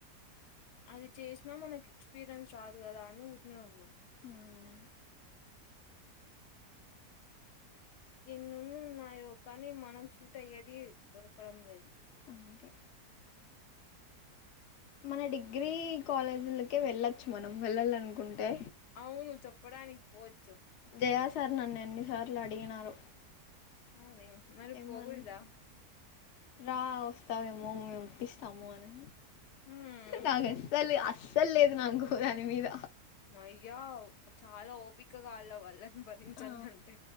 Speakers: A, on the left; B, on the left.
A: అది చేసినా మనకు ఎక్స్పీరియన్స్ రాదు కదా అన్ని ఊరికినే ఉన్నా
B: ఉమ్
A: ఎన్నన్న ఉన్నాయో కానీ మనం షూట్ అయ్యేది దొరకడం లేదు
B: అంతే మన డిగ్రీ కాలేజీలకే వెళ్ళొచ్చు మనం వెళ్లాలనుకుంటే
A: అవును చప్పడానికి పోవచ్చు
B: జయా సార్ నన్ను ఎన్ని సార్లు అడిగినారో
A: అవునే మరి
B: ఏమని
A: పోకోడదా
B: రా వస్తావేమో మేపిస్తాము అని
A: హ్మ్
B: నాకూ అసల అస్సలు లేదు నాకు దాని మీద
A: మయ్యా చాలా ఓపికగా వాళ్ళ వాళ్ళ భరించాల
B: ఆ
A: అంటే